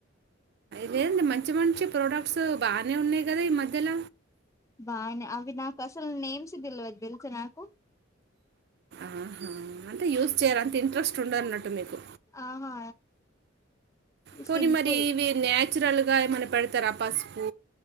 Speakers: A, on the right (about 55°); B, on the left (about 15°).
A: లేదు మంచి మంచి ప్రోడక్ట్స్ బాగానే ఉన్నాయి కదా ఈ మధ్యల
B: బానే అవి నాకు అసలు నేమ్స్ తెలవదు తెలుస నాకు
A: ఆహా అంటే యూస్ చేయార అంటే ఇంట్రెస్ట్ ఉండదన్నట్టు మీకు
B: ఆహా
A: పోని
B: సింపుల్
A: మరి ఇవి నాక్ నాచురల్ గా ఏమైనా పెడతార పసుపు